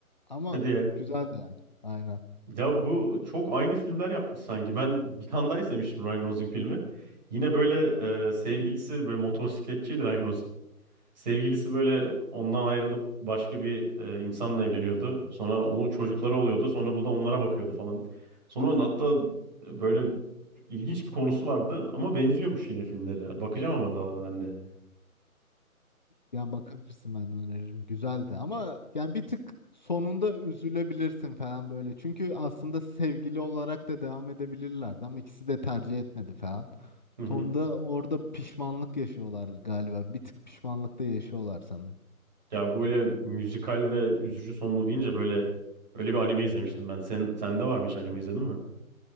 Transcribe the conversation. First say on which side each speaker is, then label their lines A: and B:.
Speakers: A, on the left; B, on the right.
A: ama
B: hadi ya.
A: güzeldi yani. Aynen.
B: Ya bu çok aynı filmler yapmış sanki. Ben bir tane daha izlemiştim Ryan Gosling filmi. Yine böyle e, sevgilisi böyle motosikletçiydi Ryan Gosling. Sevgilisi böyle ondan ayrılıp başka bir e, insanla evleniyordu. Sonra onu çocukları oluyordu. Sonra bu da onlara bakıyordu falan. Sonra hatta e, böyle ilginç bir konusu vardı ama benziyormuş yine filmleri. Bakacağım ama La La Land'e.
A: Yani bakabilirsin ben öneririm. Güzeldi ama yani bir tık sonunda üzülebilirsin falan böyle. Çünkü aslında sevgili olarak da devam edebilirlerdi ama ikisi de tercih etmedi falan.
B: Hı hı.
A: Sonda orada pişmanlık yaşıyorlar galiba. Bir tık pişmanlıkta yaşıyorlar sanırım.
B: Ya böyle müzikal ve üzücü sonlu deyince böyle öyle bir anime izlemiştim ben. Sen sende var mı hiç anime izledin mi?